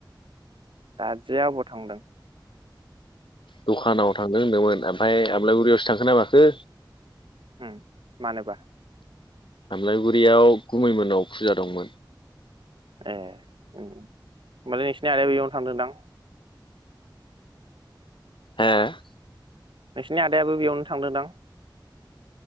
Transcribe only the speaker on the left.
दखानाव थांदों होनदोंमोन आमफाय आमलायगुरियावसो थांखो ना माखो।
आमलायगुरियाव गुमैमोननाव फुजा दंमोन
हो